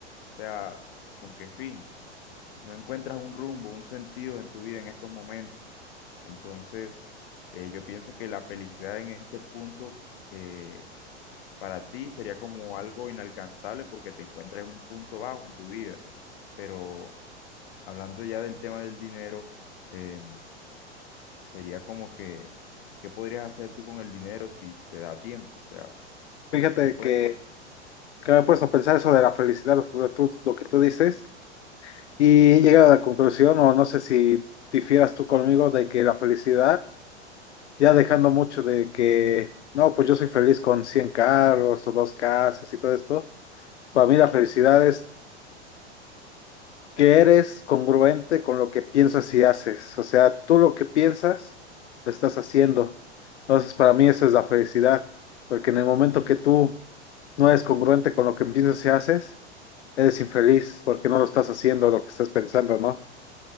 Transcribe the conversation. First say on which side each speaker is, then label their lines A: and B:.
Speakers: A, on the left; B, on the left.
A: O sea, ¿con qué fin? No encuentras un rumbo, un sentido en tu vida en estos momentos. Entonces, eh, yo pienso que la felicidad en este punto eh, Para ti sería como algo inalcanzable porque te encuentras en un punto bajo en tu vida. Pero hablando ya del tema del dinero, eh, sería como que, ¿qué podrías hacer tú con el dinero si te da tiempo? O sea,
B: Fíjate
A: si puedes...
B: que,
A: com-
B: que me he puesto a pensar eso de la felicidad, lo sobre tú- lo que tú dices, y
A: Sí,
B: he llegado a la conclusión, o no sé si difieras tú conmigo, de que la felicidad, ya dejando mucho de que, no, pues yo soy feliz con 100 carros o dos casas y todo esto, para mí la felicidad que eres congruente con lo que piensas y haces. O sea, tú lo que piensas, lo estás haciendo. Entonces, para mí eso es la felicidad, porque en el momento que tú no eres congruente con lo que piensas y haces, eres infeliz porque no lo estás haciendo lo que estás pensando, ¿no?